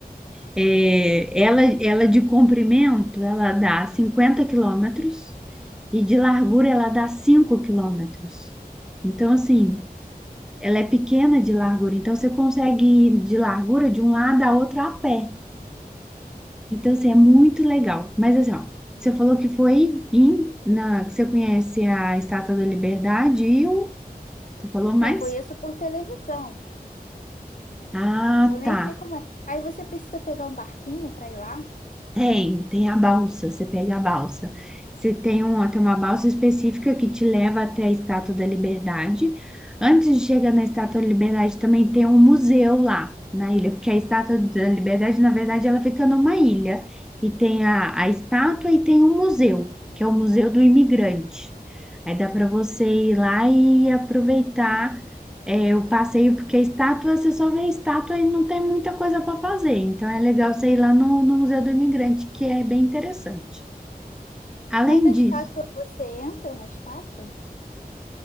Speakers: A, in the centre; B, on the left.
A: é, ela, ela de comprimento, ela dá 50 quilômetros e de largura ela dá 5 quilômetros. Então, assim, ela é pequena de largura. Então, você consegue ir de largura de um lado a outro a pé. Então, assim, é muito legal. Mas, assim, ó, você falou que foi em... Na, que você conhece a Estátua da Liberdade e o... Você falou mais?
B: Eu conheço por televisão.
A: Ah,
B: Eu nem
A: tá.
B: sei como é. Aí você precisa pegar um barquinho para ir lá,
A: Tem, tem a balsa, você pega a balsa. Você tem uma, tem uma balsa específica que te leva até a Estátua da Liberdade. Antes de chegar na Estátua da Liberdade, também tem um museu lá na ilha, porque a Estátua da Liberdade, na verdade, ela fica numa ilha. E tem a, a estátua e tem um museu, que é o Museu do Imigrante. Aí dá para você ir lá e aproveitar é, o passeio, porque estátua, você só vê estátua e não tem muita coisa para fazer. Então é legal você ir lá no, no Museu do Imigrante, que é bem interessante. Além
B: mas a
A: disso,
B: estátua, você entra na estátua